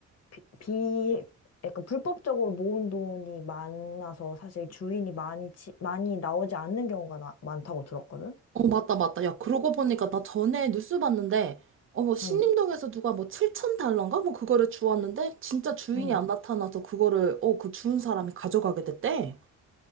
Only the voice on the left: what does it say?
비, 비- 약간 불법적으로 모은 돈이 많아서 사실 주인이 많이, 치- 많이 나오지 않는 경우가 나- 많다고 들었거든?
응,
응.